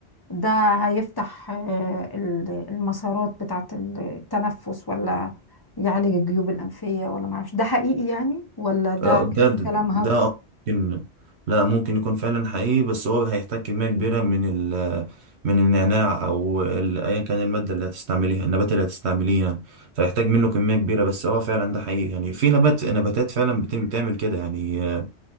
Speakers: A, on the left; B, on the right.
A: ده هيفتح آه، ال- المسارات بتاعه التنفس ولا يعالج الجيوب الانفيه ولا معرفش ده حقيقي يعني ولا ده
B: آه،
A: كان
B: ده ده
A: كلام هاكس
B: ده آه، ممكن لا ممكن يكون فعلا حقيقي بس هو هيحتاج كمية كبيرة من ال من النعناع أو ال- أيا كان المادة اللي هتستعمليها النبات اللي هتستعمليه يعني فيحتاج منه كمية كبيرة بس هو فعلا ده حقيقي يعني في نبات نباتات فعلا بتم- بتعمل كده يعني آه،